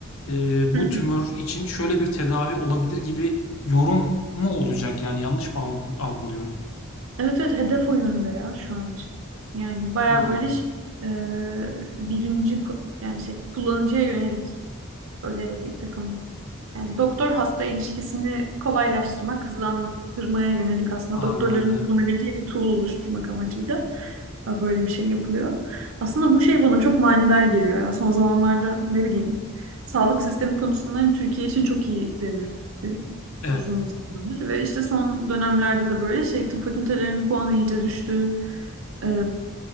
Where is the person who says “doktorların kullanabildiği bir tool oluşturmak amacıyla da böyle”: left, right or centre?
Right